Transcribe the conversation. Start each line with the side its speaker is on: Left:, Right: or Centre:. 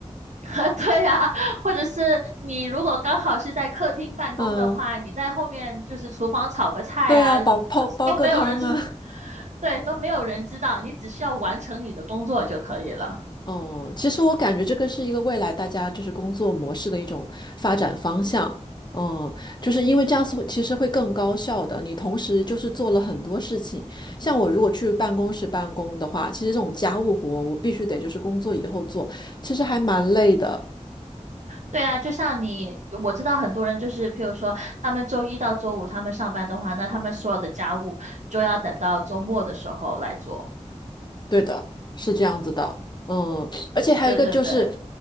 Right: <laughs> 对呀、或者是你如果刚好是在客厅办公的话，
Left: <laughs> 嗯，
Right: 你在后面就是厨房炒个菜啊，
Left: 对啊，
Right: 嗯这都没有人知，
Left: 煲泡煲个汤啊。
Right: <laughs> 对，都没有人知道，你只需要完成你的工作就可以了。
Left: 哦，其实我感觉这个是一个未来大家就是工作模式的一种发展方向。嗯，就是因为这样子会其实会更高效的。你同时就是做了很多事情，像我如果去办公室办公的话，其实这种家务活我必须得就是工作以后做，其实还蛮累的。
Right: 对啊，就像你，我知道很多人就是，譬如说，他们周一到周五他们上班的话，那他们所有的家务就要等到周末的时候来做。
Left: 对的，是这样子的。嗯，而且还有一个就是，
Right: 对对对，